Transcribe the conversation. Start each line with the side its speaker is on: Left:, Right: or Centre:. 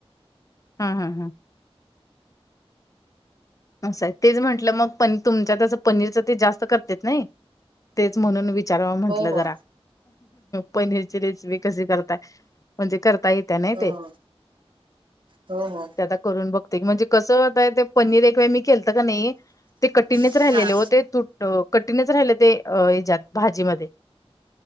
Left: हा हा हा. असं आहे तेच म्हंटलं मग प तुमच्या तस पनीरच ते जास्त करतेत नाही तेच म्हणून. विचार म्हंटलं
Right: हो हो
Left: जरा पनीरची रेसिपी कशी करताय. म्हणजे करता येत्या नाही
Right: हो
Left: ते
Right: हो हो हो
Left: ते आता करून बघ. म्हणजे कसं होताय ते पनीर एक मी खेतं का नाही ते कठीनेच
Right: हा
Left: राहिलेले हो ते तुट. कठीणच राहिलं ते हच्यात भाजीमध्ये.